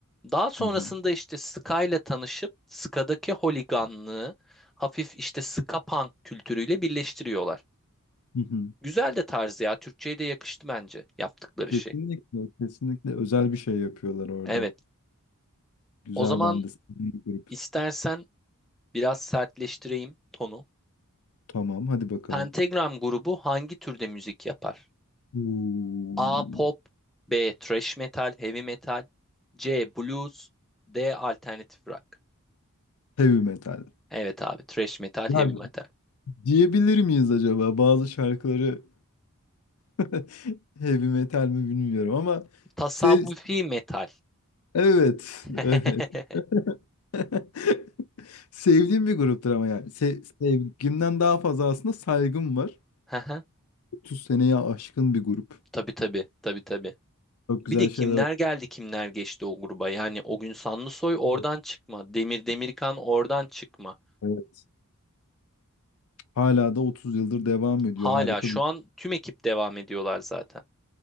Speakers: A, in the centre; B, on the left.
A: Daha sonrasında
B: Hı hı.
A: işte Ska'yla tanışıp Ska'daki holiganlığı hafif işte Ska punk kültürüyle birleştiriyorlar.
B: Hı hı.
A: Güzel de tarzı ya. Türkçe'ye de yakıştı bence yaptıkları
B: Kesinlikle,
A: şey.
B: kesinlikle özel bir şey yapıyorlar orada.
A: Evet.
B: Güzel
A: O zaman
B: ben de sevdiğim bir grup.
A: istersen biraz sertleştireyim tonu.
B: Tamam, hadi bakalım.
A: Pentagram grubu hangi türde müzik yapar?
B: Uuu.
A: A. Pop B. Thrash metal, heavy metal C. Blues D. Alternatif rock.
B: Heavy metal.
A: Evet abi. Thrash metal,
B: Ya
A: heavy metal.
B: diyebilir miyiz acaba bazı şarkıları <laughs> heavy metal mi bilmiyorum ama
A: Tasavvufi
B: sev
A: metal.
B: evet,
A: <laughs>
B: evet. <laughs> Sevdiğim bir gruptur ama yani Se sevgimden daha fazla aslında saygım var.
A: Haha,
B: 30 seneye aşkın bir grup.
A: Tabii tabii. Tabii tabii.
B: Çok güzel
A: Bir de kimler
B: şeyler oldu.
A: geldi kimler geçti o gruba. Yani o gün Sanlısoy oradan
B: Evet.
A: çıkma. Demir Demirkan oradan çıkma.
B: Evet. Hala da 30 yıldır devam ediyor.
A: Hala
B: Harika
A: şu
B: bir.
A: an tüm ekip devam ediyorlar zaten.